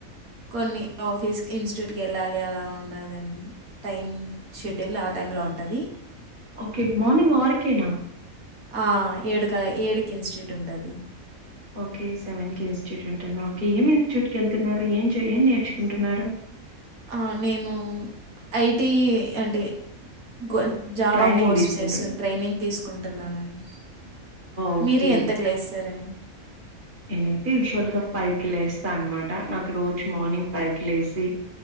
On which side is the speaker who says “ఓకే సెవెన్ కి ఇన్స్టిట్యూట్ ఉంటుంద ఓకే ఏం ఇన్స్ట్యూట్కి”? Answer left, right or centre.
Right